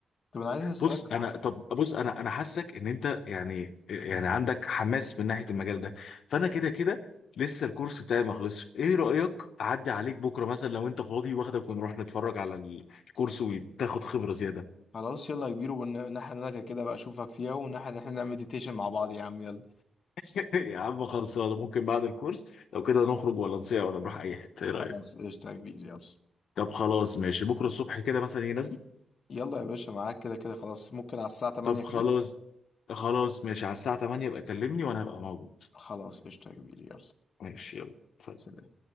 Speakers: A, on the left; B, on the left.
A: طب انا عايز اسالك
B: بص انا
A: ع-
B: طب بص انا انا حاسك ان انت يعني يعني عندك حماس من ناحيه المجال ده فانا كده كده لسه الكورس بتاعي ما خلصش ايه رايك اعدي عليك بكره مثلا لو انت فاضي واخدك ونروح نتفرج على الكورس وتاخد خبره زياده
A: خلاص يلا يا كبير والناحيه اللي انا كده كده بقى اشوفك فيها والناحيه اللي احنا نعمل مديتيشن مع بعض يا عم يلا
B: <laughs> يا عم خلصانه ممكن بعد الكورس لو كده نخرج ولا نصيع ولا نروح اي حته
A: خلاص
B: ايه رايك
A: قشطه يا كبير يلا
B: طب خلاص ماشي بكره الصبح كده مثلا هي نازله
A: يلا يا باشا معاك كده كده خلاص ممكن على الساعه 8
B: طب خلاص
A: كده
B: خلاص ماشي على الساعه 8 يبقى كلمني وانا هبقى موجود
A: خلاص قشطه يا كبير يلا
B: ماشي يلا سلام.
A: سلام